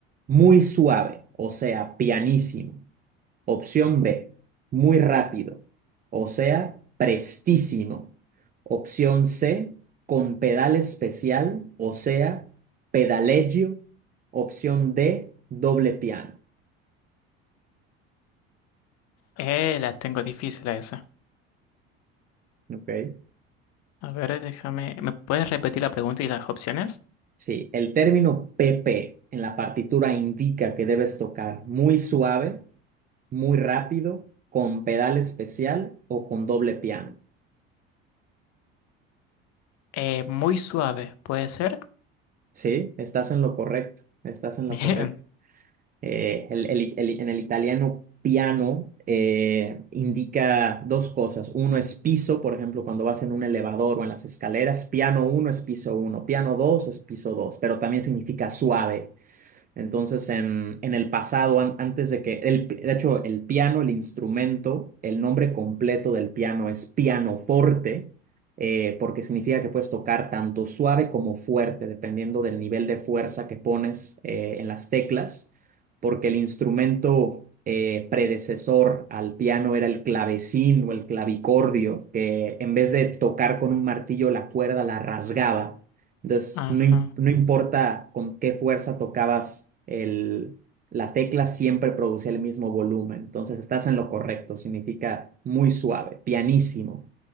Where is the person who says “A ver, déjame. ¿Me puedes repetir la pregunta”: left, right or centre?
Left